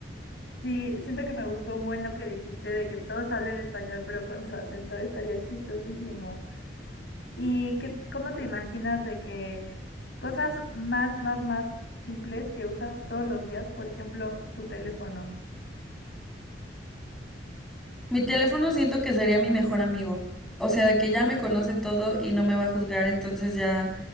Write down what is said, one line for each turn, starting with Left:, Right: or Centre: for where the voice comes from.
Left: Sí, siento que me gustó un buen lo que dijiste de que todos hablen español, pero con su acento estaría chistosísimo. ¿Y qué, cómo te imaginas de que cosas más, más, más simples que usas todos los días, por ejemplo, tu teléfono?
Centre: Mi teléfono siento que sería mi mejor amigo. O sea, de que ya me conoce todo y no me va a juzgar, entonces ya